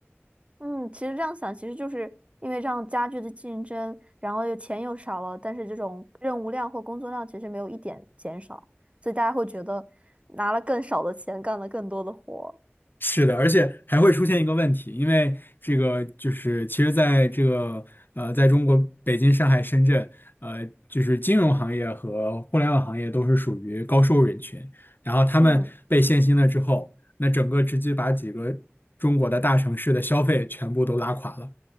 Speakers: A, on the right; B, on the left.
A: 嗯，其实这样想，其实就是因为这样加剧的竞争，然后又钱又少了，但是这种任务量或工作量其实没有一点减少，所以大家会觉得拿了更少的钱干了更多的活。
B: 是的，而且还会出现一个问题，因为这个就是其实在这个呃，在中国北京、上海、深圳，呃，就是金融行业和互联网行业都是属于高收入人群，然后他们被限薪了之后，
A: 嗯。
B: 那整个直接把几个中国的大城市的消费全部都拉垮了。